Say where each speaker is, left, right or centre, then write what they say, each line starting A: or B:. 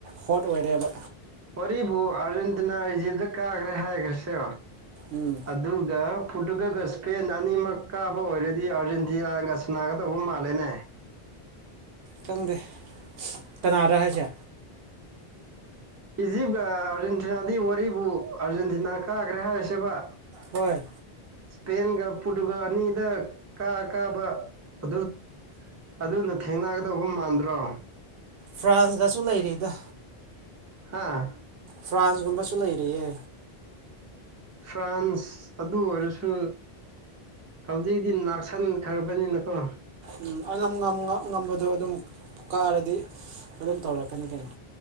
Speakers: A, on the right (about 70°); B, on the right (about 25°).
A: ꯍꯣꯠ ꯑꯣꯏꯔꯦꯕ
B: ꯑꯣꯔꯤꯕꯨ ꯑꯥꯔꯖꯦꯟꯇꯤꯅꯥ ꯏꯖꯤꯞꯇ ꯀꯥꯈ꯭ꯔꯦ ꯍꯥꯏꯈ꯭ꯔꯁꯦ
A: ꯎꯝ
B: ꯑꯗꯨꯒ ꯄꯣꯔꯇꯨꯒꯜꯒ ꯏꯁꯄꯦꯟ ꯑꯅꯤꯃꯛ ꯀꯥꯕ ꯑꯣꯏꯔꯗꯤ ꯑꯥꯔꯖꯦꯟꯇꯤꯅꯥꯒ ꯁꯨꯅꯥꯒꯗꯧꯕ ꯃꯥꯜꯂꯦꯅꯦ
A: ꯈꯪꯗꯦ ꯀꯅꯥꯗ ꯍꯥꯏꯁꯦ
B: ꯏꯖꯤꯞ ꯑꯥꯔꯖꯦꯟꯇꯤꯅꯥꯗꯤ ꯋꯥꯔꯤꯕꯨ ꯑꯥꯔꯖꯦꯟꯇꯤꯅꯥ ꯀꯥꯈ꯭ꯔꯦ ꯍꯥꯏꯔꯤꯁꯦꯕ
A: ꯍꯣꯏ
B: ꯏꯁꯄꯦꯟꯒ ꯄꯨꯠꯒ ꯑꯅꯤꯗ ꯀꯥ ꯀꯥꯕ ꯑꯗꯨ ꯑꯗꯨꯅ ꯊꯦꯡꯅꯒꯗꯧꯕ ꯃꯥꯟꯗ꯭ꯔꯣ
A: ꯐ꯭ꯔꯥꯟꯁꯀꯁꯨ ꯂꯩꯔꯤꯗ
B: ꯍꯥꯥ
A: ꯐ꯭ꯔꯥꯟꯁꯒꯨꯝꯕꯁꯨ ꯂꯩꯔꯤꯌꯦ
B: ꯐ꯭ꯔꯥꯟꯁ ꯑꯗꯨ ꯑꯣꯏꯔꯁꯨ ꯍꯧꯖꯤꯛꯗꯤ ꯉꯥꯛꯁꯟꯈ꯭ꯔꯕꯅꯤꯅꯀꯣ
A: ꯎꯝ ꯑꯉꯝ ꯉꯝꯕꯗꯣ ꯑꯗꯨꯝ ꯀꯥꯔꯗꯤ ꯑꯗꯨꯝ ꯇꯧꯔꯛꯀꯅꯤ ꯀꯩꯅꯣ